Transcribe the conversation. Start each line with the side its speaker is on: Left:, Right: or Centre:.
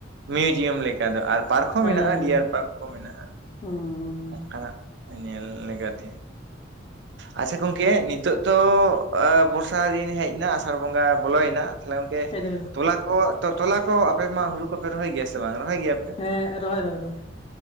Right: ᱢᱤᱭᱩᱡᱤᱭᱟᱢ ᱞᱮᱠᱟ ᱫᱚ ᱟᱨ ᱯᱟᱨᱠ ᱦᱚᱸ
Left: ᱦᱮᱸ
Right: ᱢᱮᱱᱟᱜᱼᱟ ᱰᱤᱭᱟᱨ ᱯᱟᱨᱠ ᱦᱚᱸ ᱢᱮᱱᱟᱜᱼᱟ
Left: ᱦᱩᱸ
Right: ᱚᱱᱠᱟᱱᱟᱜ ᱧᱮᱞ ᱞᱮᱠᱟᱛᱮ ᱟᱪᱪᱷᱟ ᱜᱚᱝᱠᱮ ᱛᱚ ᱫᱚ ᱵᱚᱨᱥᱟ ᱫᱤᱱ ᱦᱮᱡ ᱮᱱᱟ ᱟᱥᱟᱲ ᱵᱚᱸᱜᱟ ᱵᱚᱞᱚᱭᱮᱱᱟ ᱛᱟᱦᱚᱞᱮ ᱜᱚᱝᱠᱮ
Left: ᱠᱷᱟᱡ ᱫᱚ
Right: ᱛᱚᱞᱟ ᱠᱚ ᱛᱚᱞᱟ ᱠᱚ ᱟᱯᱮ ᱢᱟ ᱦᱩᱲᱩ ᱠᱚᱯᱮ ᱨᱚᱦᱚᱭ ᱜᱮᱭᱟ ᱥᱮ ᱵᱟᱝ ᱨᱚᱦᱚᱭ ᱜᱮᱭᱟᱯᱮ?
Left: ᱦᱮᱸ ᱨᱚᱦᱚᱭ ᱨᱚᱦᱚᱭ ᱨᱚᱦᱚᱭ